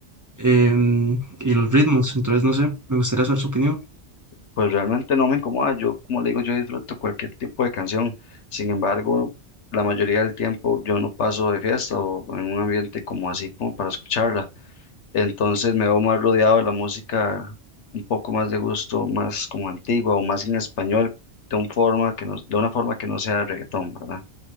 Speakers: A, on the right; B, on the left.
A: em, y los ritmos, entonces no sé, me gustaría saber su opinión.
B: pues realmente no me incomoda, yo como le digo, yo disfruto cualquier tipo de canción, sin embargo, la mayoría del tiempo yo no paso de fiesta o en un ambiente como así como para escucharla, entonces me veo más rodeado de la música un poco más de gusto, más como antigua o más en español, de un forma que no- de una forma que no sea reggaetón, ¿verdad?